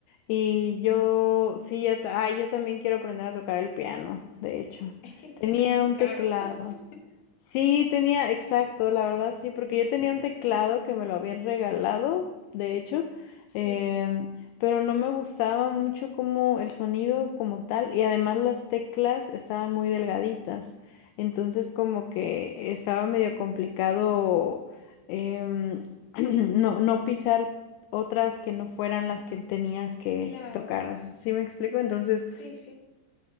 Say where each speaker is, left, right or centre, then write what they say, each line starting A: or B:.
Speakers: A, on the left; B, on the left.
A: Y yo, sí, ya, ta- ah, yo también quiero aprender a tocar el piano, de hecho.
B: <laughs> Es que el
A: Tenía
B: piano es muy
A: un
B: caro.
A: teclado
B: <laughs>
A: Sí, tenía, exacto, la verdad, sí, porque yo tenía un teclado que me lo habían regalado, de hecho,
B: Sí,
A: em, pero no me gustaba mucho como el sonido como tal, y además las teclas estaban muy delgaditas, entonces como que estaba medio complicado em, <clears throat> no, no pisar otras que no fueran las que tenías que
B: claro.
A: tocar, o sea, ¿sí me explico? Entonces...
B: Sí, sí.